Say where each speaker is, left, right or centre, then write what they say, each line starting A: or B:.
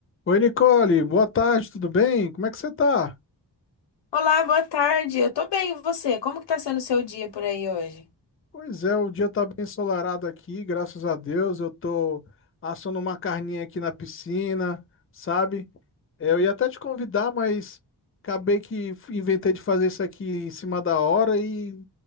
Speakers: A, on the left; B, on the left.
A: Oi, Nicole, boa tarde, tudo bem? Como é que você tá?
B: Olá, boa tarde. Eu tô bem, e você? Como que tá sendo o seu dia por aí hoje?
A: Pois é, o dia tá bem ensolarado aqui, graças a Deus. Eu tô assando uma carninha aqui na piscina, sabe? É, Eu ia até te convidar, mas acabei que f- inventei de fazer isso aqui em cima da hora e